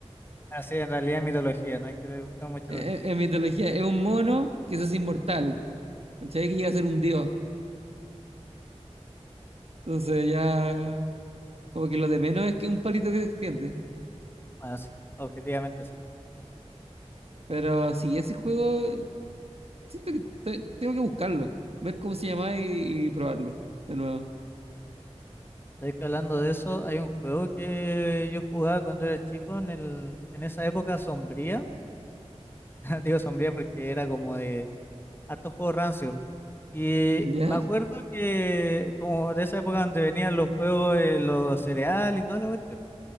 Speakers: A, on the left; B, on the right.
A: Así, en realidad es mitología, no hay que buscar mucha
B: En,
A: lógica.
B: en mitología, es un mono que se hace inmortal, ¿cachai? Que llega a ser un dios. Entonces ya, como que lo de menos es que un palito que se extiende.
A: Bueno, sí, objetivamente sí.
B: Pero sí, ese juego, siento que te- tengo que buscarlo, ver cómo se llama y, y probarlo de nuevo.
A: Sabes que hablando de eso, hay un juego que yo jugaba cuando era chico en el, en esa época sombría. <laughs> Digo sombría porque era como de harto juego rancio Y
B: ¿Ya?
A: me acuerdo que como de esa época donde venían los juegos, eh, los cereales y toda la cuestión,